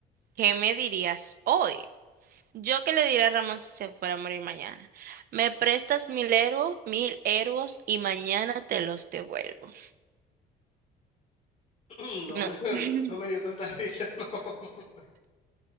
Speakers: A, on the right; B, on the left.
A: ¿qué me dirías hoy? Yo qué le diré a Ramón si se fuera a morir mañana. Me prestas mil euros, mil euros y mañana te los devuelvo.
B: <clears throat> No
A: No.
B: me,
A: <laughs>
B: no me dio tanta risa, no.